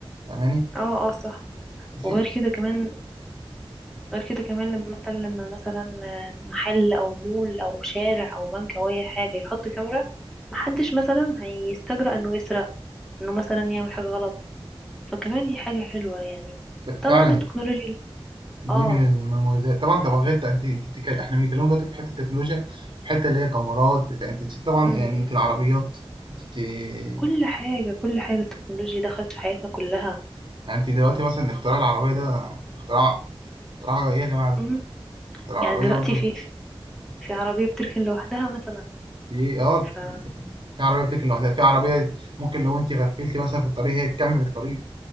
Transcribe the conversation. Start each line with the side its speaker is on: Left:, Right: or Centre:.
Right: فاهماني
Centre: اه اه صح
Right: في
Centre: وغير كده كمان غير كده كمان لما مثلا لما مثلا محل او مول او شارع او بنك او اي حاجة يحط كاميرا محدش مثلا هيستجرأ انه يسرق انه مثلا يعمل حاجة غلط فكمان دي حاجة حلوة يعني
Right: ف- فعلا
Centre: طبعا التكنولوجيا
Right: دي
Centre: اه
Right: من المميزات طبعا طب غير انت انت بتتكلم احنا بنتكلم دلوقتي في حته تكنولوجيا في حته اللي هي كاميرات بتاع انت نسيت طبعا
Centre: امم
Right: يعني انت العربيات انت انت
Centre: كل حاجة كل حاجة التكنولوجيا دخلت في حياتنا كلها
Right: يعني انت دلوقتي مثلا اختراع العربيه ده اختراع اختراع ايه يا جماعه ده
Centre: امم
Right: اختراع العربيه
Centre: يعني دلوقتي
Right: برضو
Centre: في في عربية بتركن لوحدها مثلا
Right: في اه
Centre: ف
Right: في عربية بتجري لوحدها في عربية ممكن لو انت غفلتي مثلا في الطريق هي تكمل الطريق